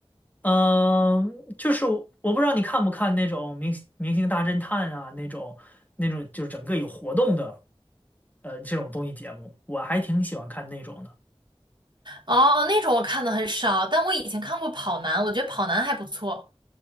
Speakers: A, on the left; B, on the right.
A: 嗯，就是我不知道你看不看那种明星明星大侦探啊，那种那种就是整个有活动的呃这种综艺节目，我还挺喜欢看那种的。
B: 哦，那种我看的很少，但我以前看过《跑男》，我觉得《跑男》还不错。